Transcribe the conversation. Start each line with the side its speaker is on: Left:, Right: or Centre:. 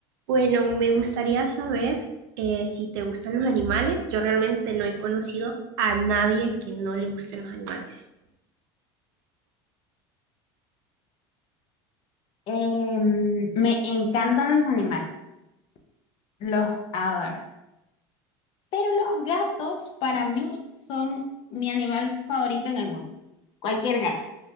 Right: Bueno, me gustaría saber eh, si te gustan los animales. Yo realmente no he conocido a nadie que no le gusten los animales.
Left: Em, me encantan los animales, los adoro, pero los gatos para mí son mi animal favorito en el mundo. Cualquier gato.